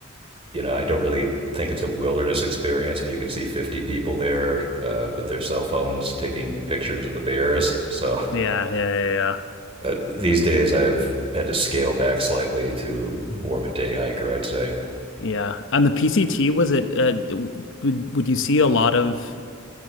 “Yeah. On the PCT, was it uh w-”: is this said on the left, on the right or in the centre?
Left